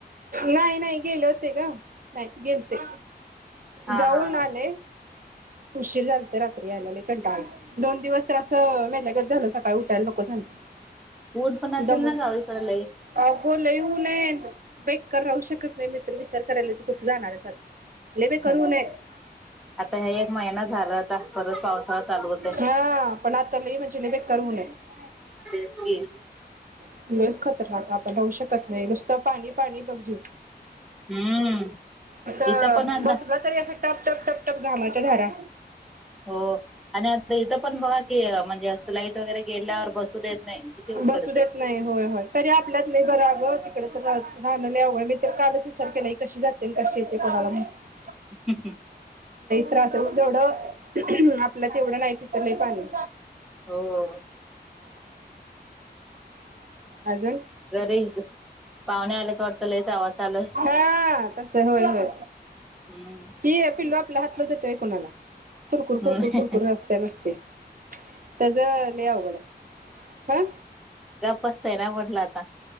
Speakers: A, on the right (about 55°); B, in the centre.
A: नाही नाही गेले होते ग नाही गेलते
B: हा
A: जाऊन
B: हा
A: आले. उशीर झाल. तर रात्री यायला लय कंटाळा आलता दोन दिवस तर असं मेल्यागत झालं सकाळी उठायला नको. झालत
B: ऊन पण असेल
A: दमून
B: ना गावी कड लाई?
A: अगो लय ऊनेत बेकार राहू शकत नाही. मी तर विचार करायला तू कसं जाणारच आता? लय बेकार
B: हं
A: ऊन आहे
B: आता हे एक महिना झालाता. परत पावसाळा चालू होताय.
A: हा पण आता लय म्हणजे लय बेकार ऊन आहे
B: तेच की
A: <unintelligible> <unintelligible> आपण राहूच शकत नाही नुसतं पाणी पाणी बघ जीव.
B: हम्म
A: अस
B: इथं पण
A: बसलं तरी अस टप टप टप टप टप घामाच्या धारा
B: हो. आणि आता इथं पण बघा कि, म्हणजे असं लाईट वगैरे गेल्यावर बसू देत नाही, किती उकडतंय.
A: बसू देत नाही होय तरी आपल्यात लई बरं होय, तिकडे तर राहण लय अवघड, इथ मी कालच विचार केला ही कशी जाते? आणि कशी येते कोणाला माहीत?
B: हम् हम
A: त्रास जेवढं आपल्यात तेवढं नाही. तिथं लय पाणी
B: हो
A: अजून.
B: घरी पाहुणे आलेत वाटत लईच आवाज चालू आहे.
A: ह. कस? होय. होय.
B: हम्म
A: की पिल्लू आप आपला हातच देतोय कोणाला? कुरकुर कुरकुर
B: हम्म
A: कुरकुरत असत्या नुसती. त्याच लय अवघड आहे. हा.
B: गप असतय ना, म्हटलं आता.